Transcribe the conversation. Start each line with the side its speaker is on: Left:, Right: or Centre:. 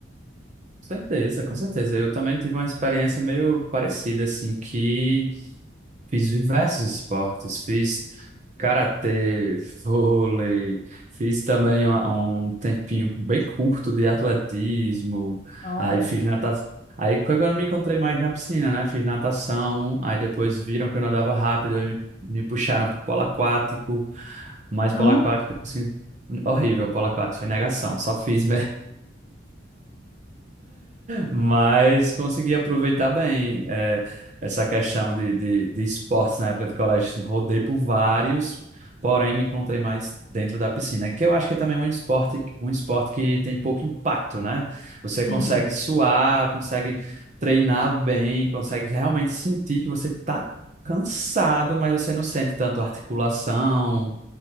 Right: certeza, com certeza. Eu também tive uma experiência meio parecida, assim, que Fiz diversos esportes, fiz karatê, vôlei, fiz também uma- um tempinho bem curto de atletismo,
Left: Olha,
Right: aí fiz natação. Aí foi quando eu me encontrei mais na piscina, né? Fiz natação, aí depois viram que eu nadava rápido, aí me, me puxaram pro polo aquático, mas
Left: não?
Right: polo aquático, assim, horrível, polo aquático, foi negação, só fiz mas consegui aproveitar bem é, essa questão de, de, de esportes na época do colégio. Assim, rodei por vários, porém me encontrei mais dentro da piscina, que eu acho que também é um esporte, um esporte que tem pouco impacto, né? Você consegue
Left: Uhum.
Right: suar, consegue treinar bem, consegue realmente sentir que você está cansado, mas você não sente tanto articulação,